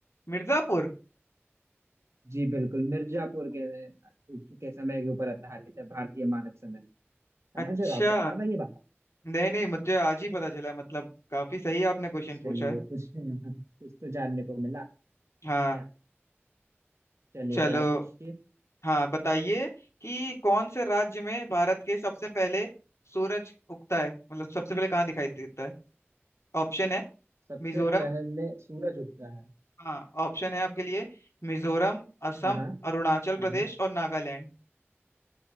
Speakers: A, on the left (about 75°); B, on the right (about 75°).
A: मिर्जापुर
B: जी बिल्कुल मिर्जापुर के के समय के ऊपर आधारित है भारतीय मानक समय समझ
A: अच्छा
B: रहे हो आपको पता था ये बात
A: नहीं नहीं मुझे आज ही पता चला मतलब काफी सही आपने क्वेश्चन
B: चलिए
A: पूछा है
B: कुछ <laughs> कुछ तो जानने को मिला
A: हाँ
B: क्या चलिए
A: चलो
B: फिर आप पूछिए
A: हाँ बताइए कि कौन से राज्य में भारत के सबसे पहले सूरज उगता है मतलब सबसे पहले कहाँ दिखाई देता है ऑप्शन है
B: सबसे
A: मिजोरम
B: पहले सूरज उगता है
A: हाँ ऑप्शन है आपके लिए मिजोरम असम
B: हाँ हाँ
A: अरुणाचल
B: हाँ
A: प्रदेश
B: हाँ
A: और नागालैंड